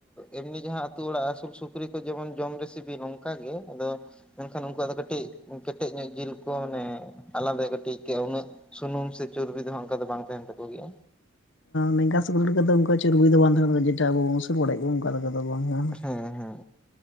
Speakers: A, in the centre; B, on the left (about 60°).
A: ᱮᱢᱱᱤ ᱡᱟᱦᱟᱸ ᱟᱹᱛᱩ ᱚᱲᱟᱜ ᱟᱹᱥᱩᱞ ᱥᱩᱠᱨᱤ ᱠᱚ ᱡᱮᱢᱚᱱ ᱡᱚᱢ ᱨᱮ ᱥᱤᱵᱤᱞ ᱱᱚᱝᱠᱟ ᱜᱮ ᱟᱫᱚ ᱢᱮᱱᱠᱷᱟᱱ ᱩᱱᱠᱩᱣᱟᱜ ᱫᱚ ᱠᱟᱹᱴᱤᱡ ᱠᱮᱴᱮᱡ ᱧᱚᱜ ᱡᱤᱞ ᱠᱚ ᱢᱟᱱᱮ ᱟᱞᱟᱫ ᱠᱟᱹᱴᱤᱡ ᱟᱹᱭᱠᱟᱹᱜᱼᱟ ᱩᱱᱟᱹᱜ ᱥᱩᱱᱩᱢ ᱥᱮ ᱪᱚᱨᱵᱤ ᱫᱚ ᱦᱟᱜ ᱚᱱᱠᱟ ᱫᱚ ᱵᱟᱝ ᱛᱟᱦᱮᱱ ᱛᱟᱠᱚ ᱜᱮᱭᱟ᱾
B: ᱱᱮᱝᱜᱟ ᱥᱩᱠᱨᱤ ᱞᱮᱠᱟ ᱫᱚ ᱵᱟᱝ ᱛᱟᱦᱮᱸ ᱛᱟᱠᱚᱣᱟ ᱡᱮᱴᱟ ᱟᱵᱚ ᱟᱹᱪᱩᱨ ᱵᱟᱲᱟᱭ ᱜᱮ ᱚᱱᱠᱟ ᱞᱮᱠᱟ ᱫᱚ ᱵᱟᱝ <unintelligible>
A: ᱦᱮᱸ ᱦᱮᱸ